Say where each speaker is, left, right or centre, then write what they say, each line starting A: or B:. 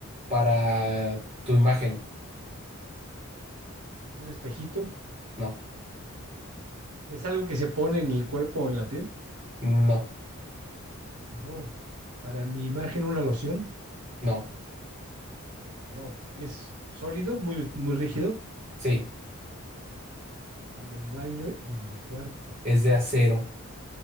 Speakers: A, on the right (about 30°); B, on the right (about 85°).
A: para tu imagen.
B: un espejito?
A: No,
B: ¿Es algo que se pone en el cuerpo o en la piel?
A: no,
B: No. ¿Para mi imagen una loción?
A: no.
B: No. ¿Es sólido, muy, muy rígido?
A: Sí,
B: En el baño y en mi cuarto.
A: es de acero.